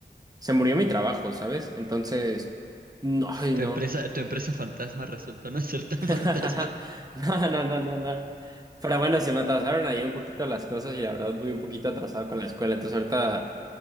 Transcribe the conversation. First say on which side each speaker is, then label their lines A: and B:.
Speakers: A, on the right (about 20°); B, on the right (about 50°).
A: se murió mi trabajo, ¿sabes? Entonces, no, ay,
B: Tu
A: no.
B: empresa, tu empresa fantasma resultó no ser tan
A: <laughs>
B: <laughs> fantasma.
A: No, no, no, no, no. Pero bueno, se me atrasaron ahí un poquito las cosas y la verdad voy un poquito atrasado con la escuela, entonces ahorita